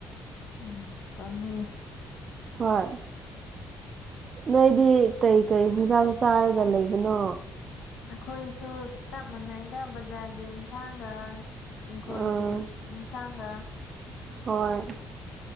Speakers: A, on the left (about 75°); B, on the right (about 50°).
A: ꯎꯝ ꯄꯝꯃꯨꯌꯦ
B: ꯍꯣꯏ ꯅꯣꯏꯗꯤ ꯀꯩꯀꯩ ꯌꯦꯟꯁꯥꯡ ꯆꯥꯔꯒ ꯂꯩꯕꯅꯣ
A: ꯑꯩꯈꯣꯏꯁꯨ ꯆꯞ ꯃꯥꯟꯅꯩꯗ ꯕꯖꯥꯔꯒꯤ ꯑꯦꯟꯁꯥꯡꯒ ꯏꯪꯈꯣꯜꯒꯤ
B: ꯑꯥ
A: ꯏꯟꯁꯥꯡꯒ
B: ꯍꯣꯏ